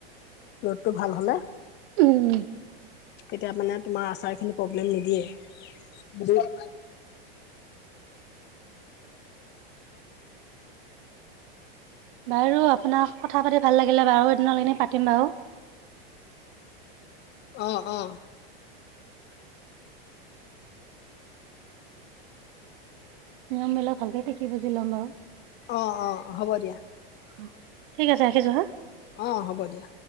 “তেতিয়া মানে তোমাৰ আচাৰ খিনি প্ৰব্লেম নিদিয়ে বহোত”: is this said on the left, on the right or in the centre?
Left